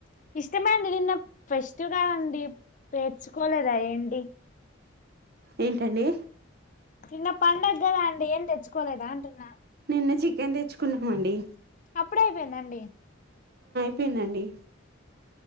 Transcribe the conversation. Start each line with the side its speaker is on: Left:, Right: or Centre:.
Left: ఇష్టమండి నిన్న ఫెస్ట్ కాదండి పేర్చుకోలేదా ఏంటి
Right: ఏంటండి
Left: నిన్న పడుగ కదా అండి ఏం తెచ్చుకోలేదా అంటున్నా
Right: న్న చికెన్ తెచ్చుకున్నామండి
Left: అప్పుడే అయిపోయింద అండి
Right: ఐపోయిందండి